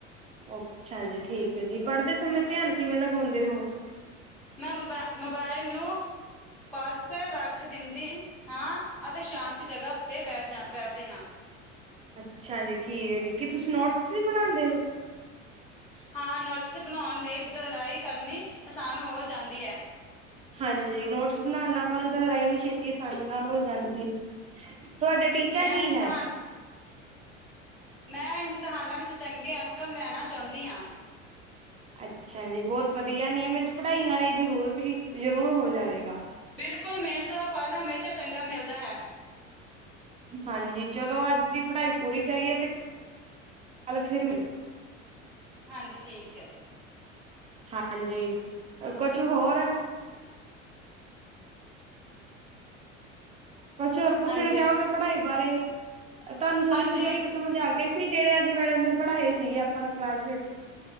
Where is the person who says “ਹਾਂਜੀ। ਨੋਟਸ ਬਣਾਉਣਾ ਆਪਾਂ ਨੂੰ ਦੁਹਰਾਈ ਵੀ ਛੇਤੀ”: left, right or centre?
Right